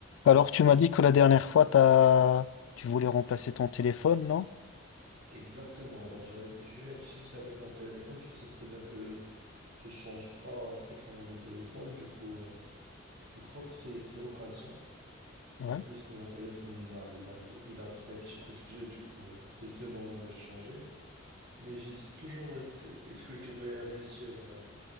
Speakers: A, on the left; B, on the right.
A: Alors, tu m'as dit que la dernière fois, t'as... tu voulais remplacer ton téléphone, non?
B: Exactement. Alors, j'ai j'ai eu un petit souci avec mon téléphone. Tu sais très bien que je change pas fréquemment de téléphone. Du coup, euh, je crois que c'est que c'est l'occasion.
A: Ouais.
B: En plus, mon téléphone, il a, il a, il a pris un petit coup de vieux. Du coup, euh, c'est c'est le moment de le changer. Mais j'hésite toujours, est-ce que, est-ce que je devrais investir euh,